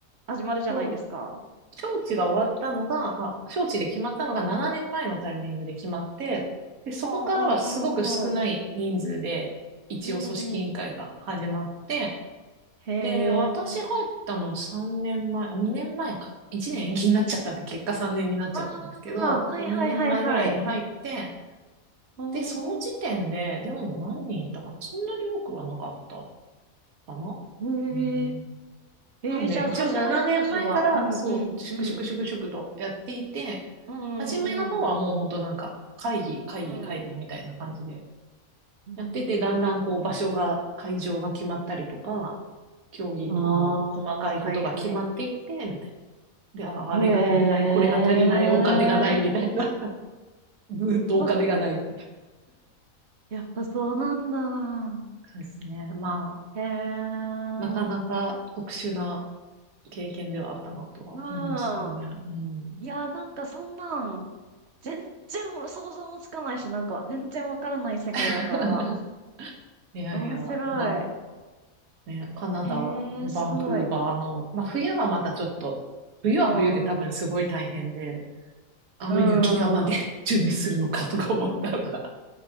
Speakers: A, on the right; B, on the right.
A: 始まるじゃないですか。
B: そう、招致が終わったのが、あ、招致で決まったのが7年前のタイミングで決まって、で、そこからはすごく少ない人数で、
A: はあ、うんうんうんうん。
B: 一応組織委員会が始まって、
A: うんうん。へえ。
B: で、私入ったの3年前、あ、2年前か。1年延期になっちゃったんで、結果3年になっちゃったんですけど、
A: ああ、はいはいはいはい。
B: そ2年前ぐらいに入って、
A: お
B: で、その時点で、でも何人いたかなそんなに多くはなかったかな、
A: ー。
B: うん、
A: へえ。えー、
B: なんで、
A: じゃあ始まり当時は、
B: 一応7年前から、
A: うんうんうん。
B: そう、粛々粛々とやっていて、
A: うんうんうん。
B: 初めの方はもう本当なんか、会議、会議、
A: うん。
B: 会議みたいな感じで、
A: うん
B: やってて、だんだんこう場所が、会場が決まったりとか、競技の細かいことが決まっていって、
A: ああ、はいはい。
B: みたいな。で、あーあれが足りない、
A: へえ。
B: これが足りない、お金がない、みたいな。<laughs> ずーっとお金がないっていう。
A: <laughs> あやっぱそうなんだ。
B: そうですね。まあ、
A: へえ。
B: なかなか特殊な経験ではあったなとは思うんですけどね。
A: うん。
B: うん。
A: いや、なんかそんなん、全然想像もつかないし、なんか全然わからない世界だから、
B: <laughs> いやいや、
A: 面白い。
B: な、ね、カナダのバンクーバーの、
A: へえ、すごい。
B: まあ冬はまたちょっと、冬は冬で多分すごい大変で、
A: うん。
B: あの雪山で
A: うん。
B: <laughs> 準備するのかとか思ったら、